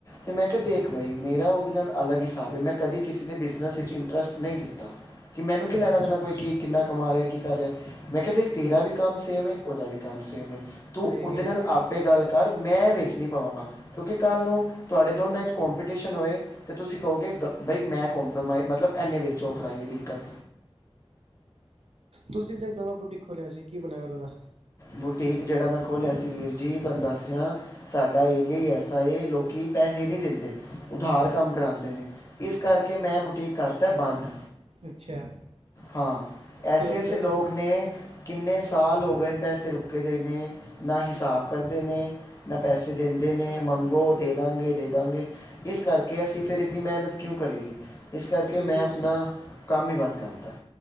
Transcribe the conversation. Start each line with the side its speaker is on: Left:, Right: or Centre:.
Left: ਤੇ ਮੈਂ ਕਿਹਾ ਦੇਖ ਬਾਈ ਮੇਰਾ ਉਹਦੇ ਨਾਲ ਅਲੱਗ ਹਿਸਾਬ ਹੈ ਮੈਂ ਕਦੀ ਕਿਸੇ ਦੇ ਬਿਜ਼ਨਸ ਵਿੱਚ ਇੰਟਰਸਟ ਨਹੀਂ ਲਿਤਾ। ਕਿ ਮੈਨੂੰ ਕੀ ਲੈਣਾ
Right: ਅੱਛਾ
Left: ਦੇਣਾ ਕੋਈ ਕੀ ਕਿੰਨਾ ਕਮਾ ਰਿਹਾ ਕੀ ਕਰ ਰਿਹਾ ਮੈਂ ਕਿਹਾ ਦੇਖ ਤੇਰਾ ਵੀ ਕੰਮ ਸੇਮ ਹੈ ਉਹਦਾ ਵੀ ਕੰਮ ਸੇਮ ਹੈ। ਤੂੰ
Right: ਸਹੀ
Left: ਉਹਦੇ
Right: ਕਿਹਾ
Left: ਨਾਲ
Right: ਜੀ
Left: ਆਪੇ ਗੱਲ ਕਰ ਮੈਂ ਵਿੱਚ ਨਹੀਂ ਪਵਾਂਗਾ। ਕਿਉਂਕਿ ਕੱਲ੍ਹ ਨੂੰ ਤੁਹਾਡੇ ਦੋਨਾਂ ਵਿੱਚ ਕੋਂਪੀਟੀਸ਼ਨ ਹੋਏ ਤੇ ਤੁਸੀਂ ਕਹੋਗੇ ਬਈ ਕੰਮਪਰੋਮਾਈਜ਼ ਮਤਲਬ ਐਨੇ ਵਿੱਚ ਔ ਕਰਾਈ ਹੈ ਦਿੱਕਤ।
Right: ਤੁਸੀਂ ਤੇ ਨਵਾਂ ਬੂਟਿਕ ਖੋਲਿਆ ਸੀ ਕੀ ਬਣਾਇਆ ਫੇਰ ਉਹਦਾ?
Left: ਬੁਟੀਕ ਜਿਹੜਾ ਮੈਂ ਖੋਲ੍ਹਿਆ ਸੀ ਵੀਰ ਜੀ ਤੁਹਾਨੂੰ ਦੱਸ ਰਹੀ ਆ ਸਾਡਾ ਏਰੀਆ ਹੀ ਐਸਾ ਹੇ ਲੋਕੀ ਪੈਸੇ ਨਹੀਂ ਦਿੰਦੇ। ਉਧਾਰ ਕੰਮ ਕਰਾਉਂਦੇ ਨੇ ਇਸ ਕਰਕੇ ਮੈਂ ਬੁਟੀਕ ਕਰਤਾ ਐ ਬੰਦ।
Right: ਅੱਛਾ
Left: ਹਾਂ ਐਸੇ
Right: ਤੇ ਹੁਣ
Left: ਐਸੇ
Right: ਫਿਰ
Left: ਲੋਕ ਨੇ ਕਿੰਨੇ ਸਾਲ ਹੋ ਗਏ ਨ ਪੈਸੇ ਰੁਕੇ ਦੇ ਨੇ ਨਾ ਹਿਸਾਬ ਕਰਦੇ ਨੇ ਨਾ ਪੈਸੇ ਦਿੰਦੇ ਨੇ ਮੰਗੋ ਦੇ ਦਾਂਗੇ ਦੇ ਦਾਂਗੇ ਇਸ ਕਰਕੇ ਅਸੀਂ ਫੇਰ ਇੰਨੀ ਮੇਹਨਤ ਕਿਉਂ ਕਰੀਏ। ਇਸ ਕਰਕੇ
Right: ਤੁਸੀਂ
Left: ਮੈਂ ਆਪਣਾ ਕੰਮ ਹੀ ਬੰਦ ਕਰਤਾ ਹੈ।